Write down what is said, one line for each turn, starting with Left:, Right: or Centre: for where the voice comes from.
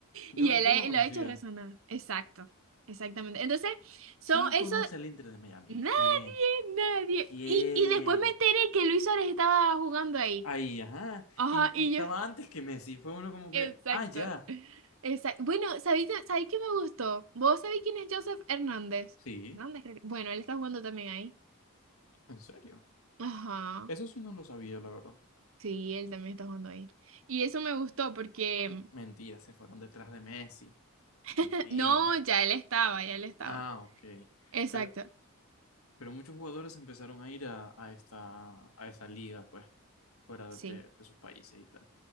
Left: Yo,
Right: Y él
Left: yo
Right: ha-
Left: no conocía.
Right: lo ha hecho resonar. Exacto. Exactamente. Entonces, son
Left: ¿Quién conoce
Right: eso.
Left: al Inter de Miami?
Right: Nadie,
Left: ¿Quién?
Right: nadie.
Left: ¿Quién?
Right: Y, y después me enteré que Luis Suárez estaba jugando ahí.
Left: Ahí, ajá.
Right: Ajá,
Left: Y,
Right: y
Left: y estaba
Right: yo. <laughs>
Left: antes que Messi. Fue uno como que,
Right: Exacto.
Left: ah, ya.
Right: Exacto. Bueno, ¿sabéis, sabéis qué me gustó? ¿Vos sabéis quién es Joseph Hernández?
Left: Sí,
Right: Hernández, creo que. Bueno, él está jugando también ahí.
Left: en serio.
Right: Ajá.
Left: Eso sí no lo sabía, la verdad.
Right: Sí, él también está jugando ahí. Y eso me gustó porque...
Left: Mentira, se fueron detrás de Messi. Mentira.
Right: <laughs> No, ya él estaba, ya él estaba.
Left: Ah, ok.
Right: Exacto.
Left: Pero Pero muchos jugadores empezaron a ir a, a esta, a esa liga, pues, fuera
Right: Sí,
Left: de, de sus países y tal.